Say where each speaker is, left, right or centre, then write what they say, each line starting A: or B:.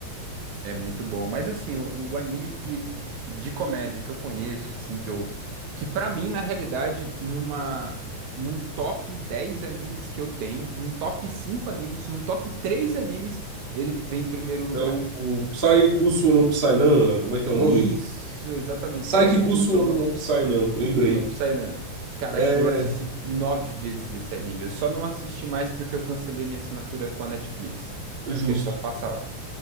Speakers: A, on the right (about 80°); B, on the right (about 40°).
A: é muito bom. Mas assim, o, o anime que de comédia que eu conheço, assim, que eu. Que pra mim, na realidade, numa. Num top 10 animes que eu tenho, num top 5 animes, num top 3 animes, ele vem em primeiro lugar.
B: É o, o Psycusu no Psynan, como é que é o
A: Isso,
B: nome?
A: exatamente.
B: Psycusu
A: Saiki Kusuo no
B: no Psynan, lembrei.
A: N- No Psydan. Cara,
B: É
A: eu assisti nove vezes esse anime. Eu só não assisti mais porque eu cancelei minha assinatura com a Netflix.
B: justo.
A: Que ele só passa lá.